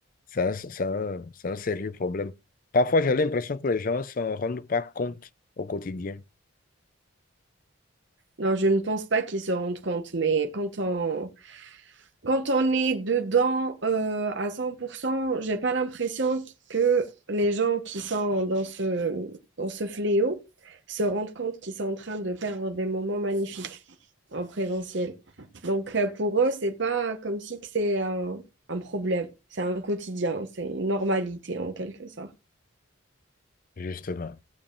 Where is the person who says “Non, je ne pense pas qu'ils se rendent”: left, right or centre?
Right